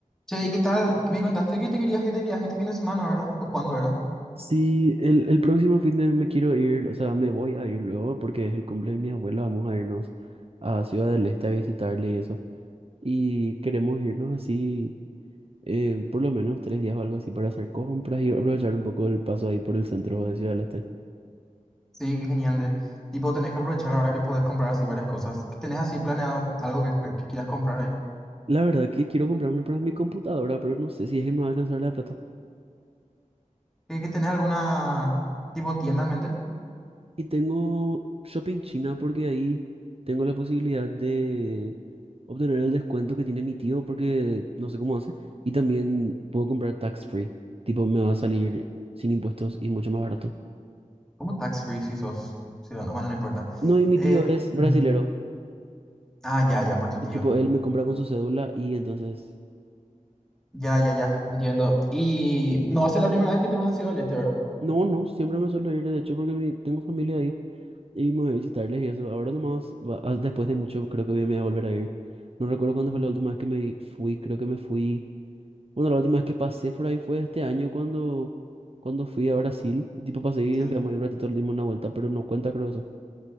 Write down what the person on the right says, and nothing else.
Sí, el, el próximo fin de me quiero ir, o sea, me voy a ir luego porque es el cumple de mi abuela, vamos a irnos a Ciudad del Este a visitarle y eso. Y queremos irnos así, eh, por lo menos tres días o algo así para hacer compras y aprovechar un poco el paso ahí por el centro de Ciudad del Este.
La verdad que quiero comprarme para mi computadora, pero no sé si es que me va a alcanzar la plata.
Y tengo Shopping China porque ahí tengo la posibilidad de obtener el descuento que tiene mi tío porque no sé cómo hace. Y también puedo comprar tax free. Tipo, me va a salir sin impuestos y mucho más barato.
No, y mi
tío es brasilero.
Y
tipo, él me compra con su cédula y entonces...
No, no, siempre me suelo ir, de hecho, porque mi- tengo familia ahí y me voy a visitarles y eso. Ahora nomás, va- ah, después de mucho, creo que voy a, me voy a volver a ir. No recuerdo cuándo
fue la última vez que me fui, creo que me fui Bueno, la última vez que pasé por ahí fue este año cuando, cuando fui a Brasil. Tipo, pasé y
nos quedamos ahí un ratito, le dimos una vuelta, pero no cuenta, creo eso.